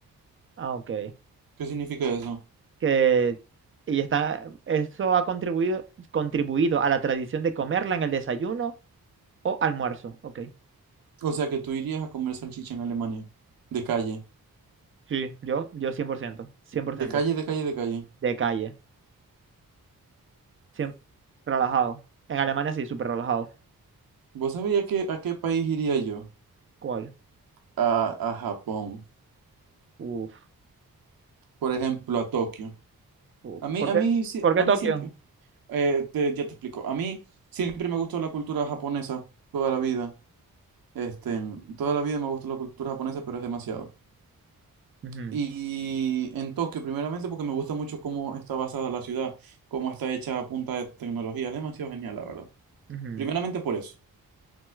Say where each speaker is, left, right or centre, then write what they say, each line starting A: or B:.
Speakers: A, on the right; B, on the right.
A: Ah, ok.
B: ¿Qué significa eso?
A: Que, y está, eso ha contribuido, contribuido a la tradición de comerla en el desayuno o almuerzo. Ok.
B: O sea, que tú irías a comer salchicha en Alemania. De calle.
A: Sí, yo, yo cien cien por ciento cien por
B: De
A: ciento
B: calle, de calle, de calle.
A: De calle. Siem- relajado. En Alemania sí, súper relajado.
B: ¿Vos sabías que, a qué país iría yo?
A: ¿Cuál?
B: A, a Japón.
A: Uf,
B: por ejemplo, a Tokio.
A: uf.
B: A mí,
A: ¿Por
B: a
A: qué,
B: mí, sí-
A: por qué
B: a
A: Tokio?
B: mí siempre, eh, te- ya te explico, a mí siempre me gustó la cultura japonesa toda la vida. Este, toda la vida me gustó la cultura japonesa, pero es demasiado.
A: Ujú,
B: Y en Tokio, primeramente, porque me gusta mucho cómo está basada la ciudad, cómo está hecha a punta de tecnología. Es demasiado genial, la verdad.
A: ujú,
B: Primeramente por eso.